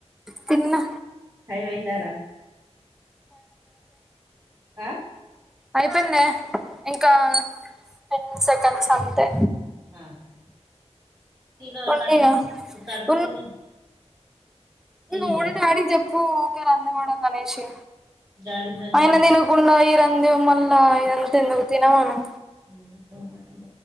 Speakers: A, in the centre; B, on the right.
A: తిన్న
B: టైం అయిందా రా ఆ
A: అయిపెందే ఇంకా టెను సెకండ్స్ అంతే
B: ఆహా తినాల
A: <inaudible>
B: కడుపు కడుపు నిండా తిన్ ఏంది
A: నువ్వు కూడా
B: బిడ్డ
A: డాడి కి చెప్పు ఊకె రంధి పడకనేషి
B: డాడీ గంజి
A: అయన తినకుండా ఇబ్బందిగా మళ్ళా ఇదంత ఎందుకు తిన మను
B: పట్ట